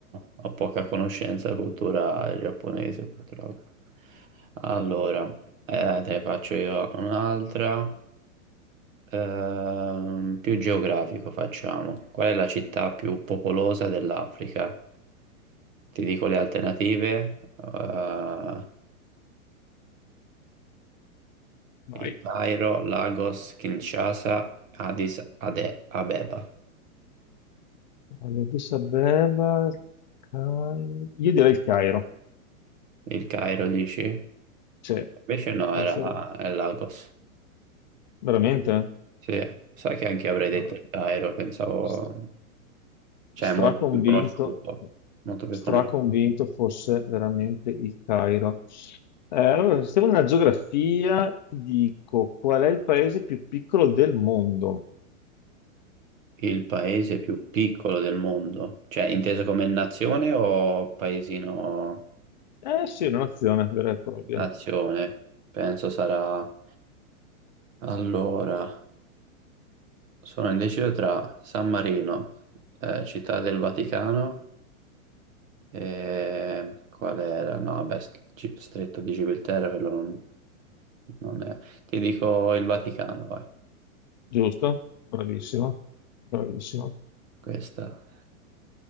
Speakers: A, on the right (about 65°); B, on the left (about 35°).
A: ho poca conoscenza della cultura giapponese purtroppo. Allora, eh, te ne faccio io un'altra, Ehm, più geografico facciamo. Qual è la città più popolosa dell'Africa? Ti dico le alternative, eh,
B: Vai.
A: il Cairo, Lagos, Kinshasa, Addis Ade- Abeba.
B: Allora, Addis Abeba, Cai- io direi il Cairo.
A: Il Cairo dici?
B: Sì,
A: Invece no,
B: confermo.
A: era, è Lagos.
B: Veramente?
A: Sì, sai che anche io avrei detto
B: Ah,
A: il Cairo, pensavo,
B: s-
A: cioè
B: Straconvinto,
A: è molto più conosciuto, molto più
B: straconvinto
A: conosciuto.
B: fosse veramente il Cairo. Eh, allora, stiamo nella geografia, ti dico qual è il paese più piccolo del mondo.
A: Il paese più piccolo del mondo, cioè inteso come nazione o paesino
B: Eh sì, è un'azione vera e propria,
A: nazione? Penso sarà... Allora, sono indeciso tra San Marino, eh, Città del Vaticano e... qual era? No, vabbè, st- Gi- Stretto di Gibilterra, quello non non è... Ti dico il Vaticano, vai.
B: giusto? Bravissimo, bravissimo.
A: Questa.